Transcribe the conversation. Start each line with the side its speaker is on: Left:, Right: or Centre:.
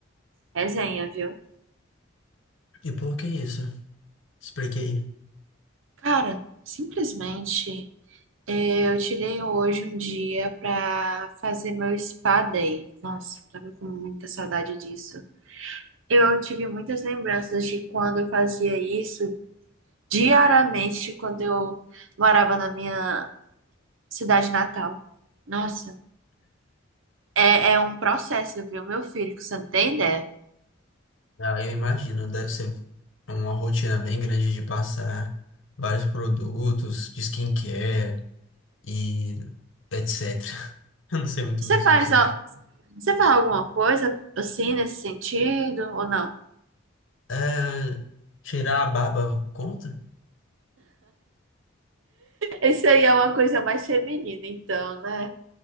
Right: resenha, viu?
Left: E por que isso? Expliquei.
Right: Cara, simplesmente eh, eu tirei hoje um dia pra fazer meu spa day. Nossa, tava com muita saudade disso. Eu tive muitas lembranças de quando eu fazia isso diariamente quando eu morava na minha cidade natal. Nossa, é, é um processo, viu, meu filho, que você não tem ideia.
Left: Ah, eu imagino, deve ser uma rotina bem grande de passar vários produtos de skincare e etc. <laughs> Eu não sei muito
Right: Você
Left: bem sobre
Right: faz,
Left: isso,
Right: ó,
Left: não.
Right: você faz alguma coisa assim nesse sentido ou não?
Left: É, tirar a barba conta?
Right: Isso aí é uma coisa mais feminina, então, né?